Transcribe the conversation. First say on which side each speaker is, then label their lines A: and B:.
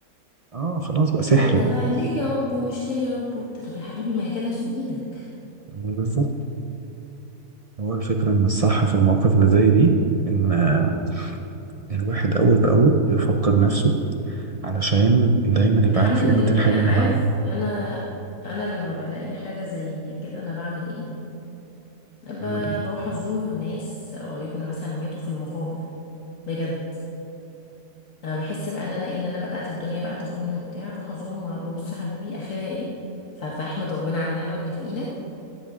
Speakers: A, on the right (about 40°); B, on the left (about 55°).
A: اه خلاص بقى سحر
B: تبدأ
A: بقى
B: بقى ليه يا رب ومش ليه يا رب وبتاع. طب يا حبيبي ما هي كانت في ايدك
A: يعني بالظبط هو الفكرة إن الصح في المواقف اللي زي دي إن آه، الواحد أول بأول يفكر نفسه علشان دايما
B: الحمد
A: يبقى عارف
B: لله
A: قيمة الحاجة
B: عارف
A: اللي معاه
B: انا انا لما بلاقي حاجه زي كده انا بعمل ايه ب-
A: نعمل إيه
B: بروح ازور ناس قريبنا مثلا ماتوا في المقابر بجد انا بحس بقى ان انا ايه ان انا بدات الدنيا بقى تاخدني وبتاع بروح ازورهم وببص يا حبيبي اخرها ايه ف- فاحمد ربنا على النعمه اللي في ايدك